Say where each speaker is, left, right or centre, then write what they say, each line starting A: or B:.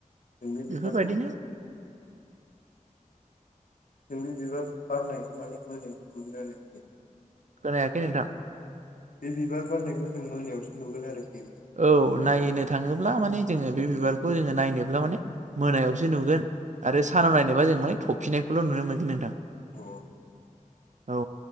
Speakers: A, on the left; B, on the right.
A: जोंनि बिबारखौ
B: बेफोरबायदिनो
A: नोंनि बिबार बारनायखो माने मोनायाव नुयोआरो।
B: खोनायाखै नोंथां।
A: बे बिबार गारनायखौ जों मोनायावसो नुगोन आरोखि। नोंथां
B: औ नायनो थाङोब्ला माने जोङो बे बिबारखौ जोङो नायनोब्ला माने मोनायावसो नुगोन। आरो सानाव नायनोबा जों माने थफिननायखौल' नुनो मोनगोन नोंथां।
A: <inaudible>
B: औ।